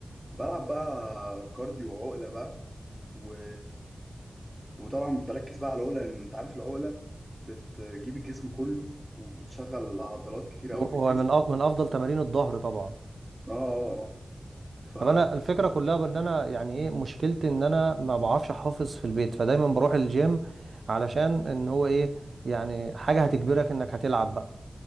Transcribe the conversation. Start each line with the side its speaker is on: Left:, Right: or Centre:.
Centre: بلعب بقى كارديو وعقله بقى و... وطبعا بركز بقى على العقله لان انت عارف العقله بتجيب الجسم كله وبتشغل عضلات كتير
Right: و-
Centre: قوي في الجسم
Right: ومن أف- من افضل تمارين الظهر طبعا
Centre: اه اه اه ف
Right: طب انا الفكره كلها بان انا يعني ايه مشكلتي ان انا ما بعرفش احافظ في البيت فدايما بروح الجيم علشان ان هو ايه يعني حاجه هتجبرك انك هتلعب بقى